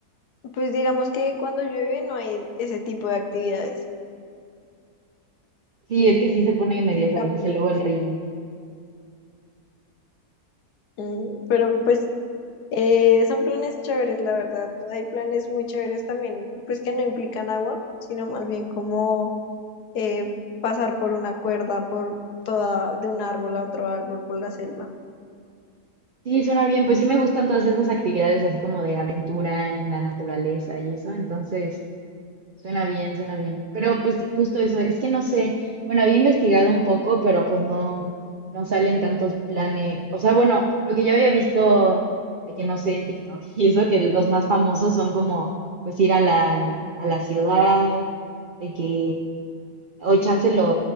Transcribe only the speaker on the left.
Pues digamos que cuando llueve no hay ese tipo de actividades.
En
la población.
Mm, Pero pues eh, son planes chéveres, la verdad. Hay planes muy chéveres también, pues que no implican agua, sino más bien como eh, pasar por una cuerda, por toda, de un árbol a otro árbol, por la selva.